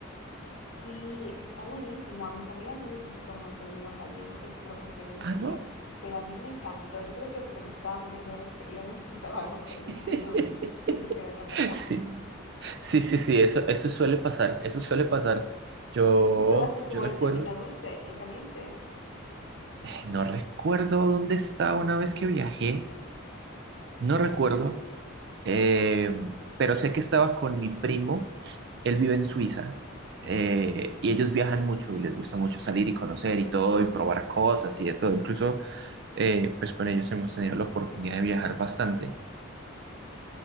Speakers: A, on the left; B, on the right.
A: Sí, está buenísimo. A mis amigas no les gustó mucho el vino caliente, lo prefieren
B: Ah,
A: frío,
B: no.
A: pero a mí me encantó. Yo creo que porque me estaba muriendo de frío <laughs> necesitaba algo caliente
B: <laughs>
A: y dulce. Y dije, venga para acá.
B: Sí. Sí, sí, sí, eso, eso suele pasar, eso suele pasar. Yo,
A: ¿Dónde probaste tú
B: yo recuerdo,
A: el, el vino dulce, el caliente?
B: <sighs> eh, no recuerdo dónde estaba una vez que viajé, no recuerdo, eh, pero sé que estaba con mi primo, él vive en Suiza, eh, y ellos viajan mucho y les gusta mucho salir y conocer y todo y probar cosas y de todo. Incluso, eh, pues con ellos hemos tenido la oportunidad de viajar bastante